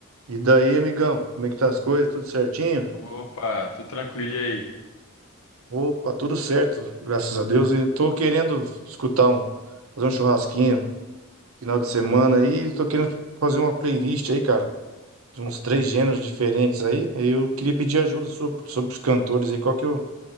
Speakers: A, on the right; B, on the left.
A: E daí, amigão, como é que tá as coisas? Tudo certinho?
B: Opa, tudo tranquilo e aí?
A: Opa, tudo certo, graças a Deus. E tô querendo escutar um, fazer um churrasquinho final de semana aí. Tô querendo fazer uma playlist aí, cara, de uns três gêneros diferentes aí. Aí Eu queria pedir ajuda sua sobre os cantores aí, qual que eu,